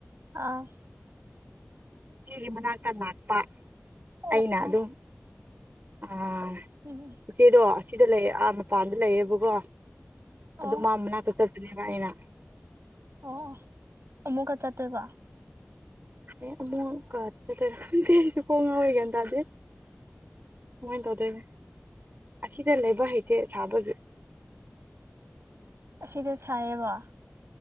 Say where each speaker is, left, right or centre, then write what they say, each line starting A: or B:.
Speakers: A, on the right; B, on the right.
A: ꯑꯥ
B: ꯏꯆꯦꯒꯤ ꯃꯅꯥꯛꯇ ꯂꯥꯛꯄ
A: ꯑꯣ
B: ꯑꯩꯅ
A: ꯑꯣ
B: ꯑꯗꯨꯝ ꯑꯥ
A: <unintelligible>
B: ꯏꯆꯦꯗꯣ ꯑꯁꯤꯗ ꯂꯩ ꯑꯥ ꯃꯄꯥꯟꯗ ꯂꯩꯌꯦꯕꯀꯣ ꯑꯗꯨ
A: ꯑꯣ ꯑꯣ
B: ꯃꯥ ꯃꯅꯥꯛꯇ ꯆꯠꯄꯅꯦꯕ ꯑꯩꯅ
A: ꯑꯣ ꯑꯃꯨꯛꯀ ꯆꯠꯇꯣꯏꯕ
B: ꯑꯦ ꯑꯃꯨꯛ ꯀ ꯆꯠꯇꯣꯏꯔ ꯈꯪꯗꯦ ꯑꯩꯖꯨ ꯀꯣꯛ ꯉꯥꯎꯔꯦ ꯒ꯭ꯌꯥꯟ ꯇꯥꯗꯦ ꯀꯃꯥꯏ ꯇꯧꯗꯣꯏꯅꯣ ꯑꯁꯤꯗ ꯂꯩꯕ ꯍꯩꯇꯦ ꯁꯥꯕꯒꯤ
A: ꯑꯁꯤꯗ ꯁꯥꯏꯌꯦꯕ